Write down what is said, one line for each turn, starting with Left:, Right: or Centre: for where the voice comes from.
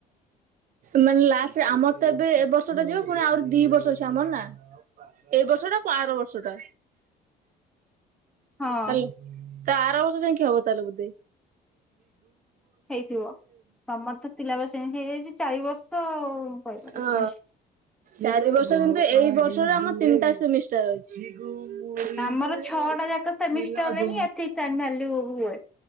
Right: ମାନେ ଲାଷ୍ଟ ଆମର ତ ଏବେ ଏ ବର୍ଷ ଟା ଯିବ ପୁଣି ଆରି ଦି ଏ ବର୍ଷ ଅଛି ଆମର ନା, ଏଇ ବର୍ଷଟା ତା ଆର ବର୍ଷଟା।
Centre: ହଁ
Right: ତାଲେ ତା ଆର ବର୍ଷ ଯାଇକି ହବ ତାହେଲେ ବୋଧେ।
Centre: ହେଇଥିବ ତମର ତ ସିଲାବସ୍ ଚେଞ୍ଜ ହେଇଯାଇଛି ଚାରି ବର୍ଷ ଆଉ। କହିପାରିବିନି।
Right: ହଁ ଚାରି ବର୍ଷ କିନ୍ତୁ ଏଇ ବର୍ଷରେ ଆମର ତିନିଟା ସେମିଷ୍ଟର ଅଛି। <unintelligible>
Centre: ଆମର ଛଅଟା ଯାକ ସେମିଷ୍ଟରରେ
Right: ଆଉ।
Centre: ହିଁ ଏଥିକ୍ସ ଆଣ୍ଡ ଭାଲ୍ୟୁ ହୁଏ।